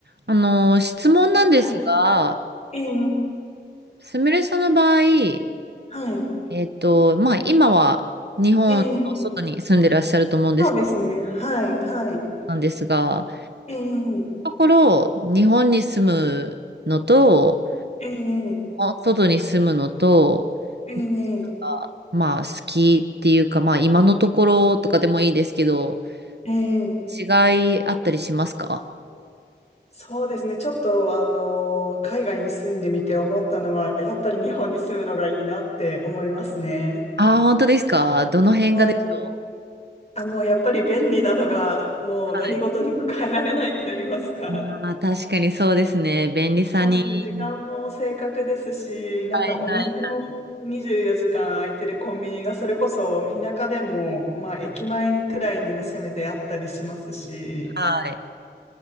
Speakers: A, on the right; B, on the left.
A: あのー、質問なんですが、
B: はい。ええ、
A: すみれさんの場合、
B: はい。
A: えっと、まあ、今は日本の外に住んでらっしゃると思うんです、
B: ええ、そうですね。はい、はい。
A: なんですが、
B: ええ、
A: ところ、日本に住むのと、
B: ええ、
A: 外に住むのと、
B: ええ、
A: なんかまあ、好きっていうか、まあ、今のところとかでもいいですけど、
B: ええ、
A: 違いあったりしますか
B: そうですね。ちょっと、あの海外に住んでみて思ったのは、やっぱり日本に住むのがいいなって思いますね。
A: ああー、本当ですかどの辺がでしょう
B: はい。あ、もうやっぱり便利なのが、もう何事にも変えられないと言いますか。
A: はい。まあ、確かにそうですね。便利さに。
B: そうですね。時間も正確ですし、なんかお店も24時間空いてるコンビニがそれこそ田舎でも、
A: はいはい
B: まあ駅前くらいにはせめてあったりしますし、
A: はい。